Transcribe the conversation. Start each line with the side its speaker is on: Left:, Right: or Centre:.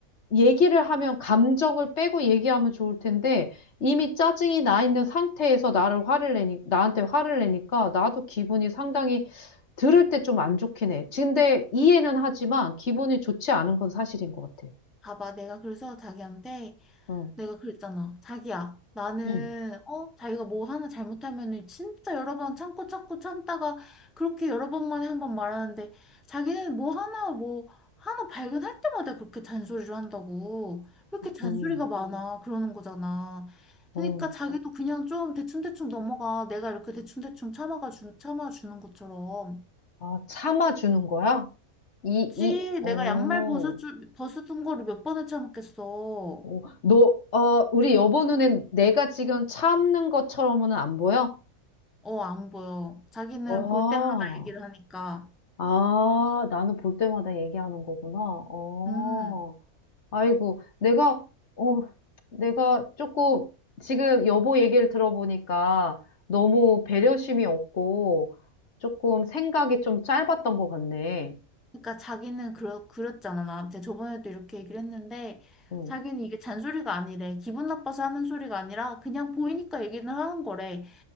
Left: 얘기를 하면 감정을 빼고 얘기하면 좋을 텐데 이미 짜증이 나 있는 상태에서 나를 화를 내니 나한테 화를 내니까 나도 기분이 상당히 들을 때 좀 안 좋긴 해. 근데 이해는 하지만 기분이 좋지 않은 건 사실인 것 같아.
Centre: 봐봐. 내가 그래서 자기한테,
Left: 어,
Centre: 내가 그랬잖아. 자기야, 나는,
Left: 응,
Centre: 어, 자기가 뭐 하나 잘못하면은 진짜 여러 번 참고 참고 참다가 그렇게 여러 번 만에 한번 말하는데 자기는 뭐 하나, 뭐, 하나 발견할 때마다 그렇게 잔소리를 한다고. 왜 이렇게 잔소리가
Left: 응,
Centre: 많아? 그러는 거잖아.
Left: 어.
Centre: 그러니까 자기도 그냥 좀 대충대충 넘어가. 내가 이렇게 대충대충 참아가 주, 참아주는 것처럼.
Left: 아, 참아주는 거야? 이,
Centre: 그치.
Left: 이, 어,
Centre: 내가 양말 벗어주, 벗어둔 거를 몇 번을 참았겠어.
Left: 어, 너, 어, 우리 여보 눈엔 내가 지금 참는 것처럼은 안 보여?
Centre: 어, 안 보여. 자기는
Left: 어.
Centre: 볼 때마다 얘기를 하니까.
Left: 아, 나는 볼 때마다 얘기하는 거구나. 어,
Centre: 음.
Left: 아이고, 내가, 어, 내가 조금 지금 여보 얘기를 들어보니까 너무 배려심이 없고 조금 생각이 좀 짧았던 것 같네.
Centre: 그러니까 자기는 그러, 그랬잖아. 나한테 저번에도 이렇게 얘기를 했는데
Left: 응,
Centre: 자기는 이게 잔소리가 아니래. 기분 나빠서 하는 소리가 아니라 그냥 보이니까 얘기를 하는 거래.